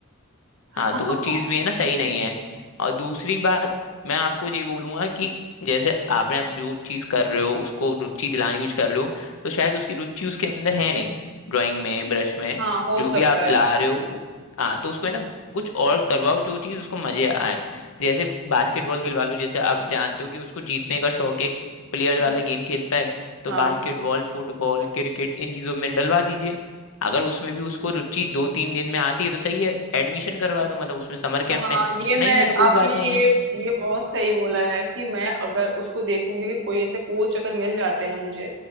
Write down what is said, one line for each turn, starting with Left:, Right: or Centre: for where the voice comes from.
Right: <laughs>
Left: हाँ तो वो
Right: हाँ
Left: चीज़ भी है ना सही नहीं है और दूसरी बात मैं आपको ये बोलूंगा कि जैसे आपने आप जो चीज़ कर रहे हो उसको रुचि दिलाने की कुछ कर रहे हो तो शायद उसकी रुचि उसके अंदर है नहीं ड्राइंग में ब्रश में
Right: हाँ हो
Left: जो
Right: सकता
Left: भी आप
Right: है
Left: ला रहे हो वो- हाँ तो उसको है ना कुछ और करवाओ जो चीज़ उसको मजे आए जैसे बास्केटबॉल खिलवा लो जैसे आप जानते हो कि उसको जीतने का शौक है प्लेयर
Right: हम्म,
Left: वाला गेम खेलता है तो
Right: हाँ
Left: बास्केटबॉल फुटबॉल क्रिकेट इन चीज़ों में डलवा दीजिए अगर उसमें भी उसको रुचि दो तीन दिन में आती है तो सही है एडमिशन करवा दो मतलब उसमें समर
Right: हाँ
Left: कैंप में
Right: ये मैं
Left: नहीं है तो कोई
Right: आपने
Left: बात
Right: ये
Left: नहीं है
Right: ये बहुत सही बोला है कि मैं अगर उसको देखूंगी कि कोई ऐसे कोच अगर मिल जाते हैं मुझे